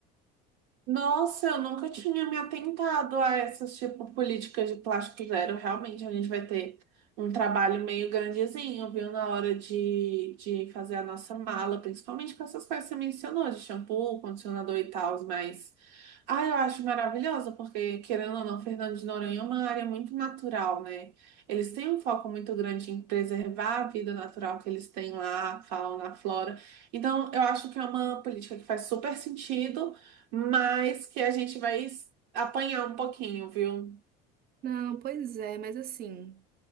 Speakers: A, on the right (about 80°); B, on the right (about 45°).
A: Nossa, eu nunca tinha me atentado a essas, tipo, políticas de plástico zero. Realmente, a gente vai ter um trabalho meio grandezinho, viu? Na hora de, de fazer a nossa mala, principalmente com essas coisas que você mencionou, de shampoo, condicionador e tal, mas. Ah, eu acho maravilhoso, porque, querendo ou não, Fernando de Noronha é uma área muito natural, né? Eles têm um foco muito grande em preservar a vida natural que eles têm lá, a fauna, a flora. Então, eu acho que é uma política que faz super sentido, mas que a gente vai apanhar um pouquinho, viu?
B: Não, pois é, mas assim.